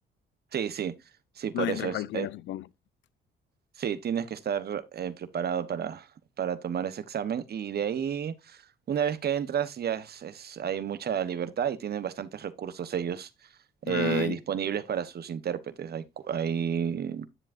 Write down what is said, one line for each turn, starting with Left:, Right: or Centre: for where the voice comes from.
Right: sí, sí, sí, por
Left: No entra
Right: eso es.
Left: cualquiera, supongo.
Right: Sí, tienes que estar eh, preparado para, para tomar ese examen y de ahí, una vez que entras, ya es, es- hay mucha libertad y tienen bastantes recursos ellos eh,
Left: Ay,
Right: disponibles para sus intérpretes. Hay, cu- hay